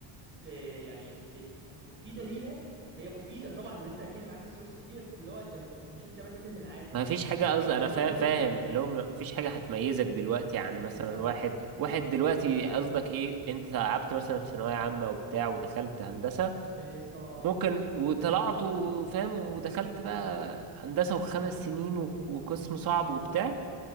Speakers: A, on the right; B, on the right.
A: في يعني بت مفيدة لينا هي مفيدة طبعا اللي انت اكيد معاك السورسز دي بس اللي هو انت ب- مش انت بس اللي معاك
B: ما فيش حاجه قصدي
A: انت وكله
B: انا فا- فاهم اللي هو ما فيش حاجه هتميزك دلوقتي عن مثلا
A: بالظبط
B: واحد واحد دلوقتي قصدك ايه انت تعبت مثلا في ثانويه عامه وبتاع ودخلت هندسه
A: بالظبط
B: ممكن
A: م-
B: وطلعت
A: م.
B: وفاهم ودخلت بقى هندسه وخمس سنين و- وقسم صعب وبتاع